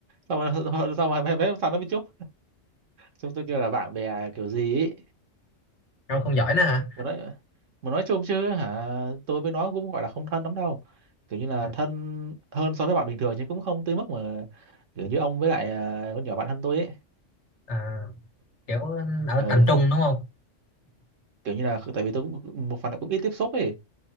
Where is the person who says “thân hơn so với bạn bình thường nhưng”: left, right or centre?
Right